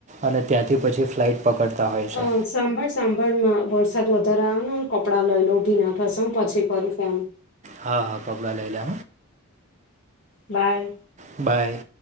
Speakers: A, on the right; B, on the left.
A: અને ત્યાંથી પછી ફ્લાઇટ પકડતા હોય છે.
B: અ સાંભળ સાંભળ માં વરસાદ વધારે આવે ને, હું કપડા લઈ લઉ ભીના થશે, હું પછી કરું ફોન.
A: હા, હા, કપડા લઈ લે.
B: બાય.
A: બાય.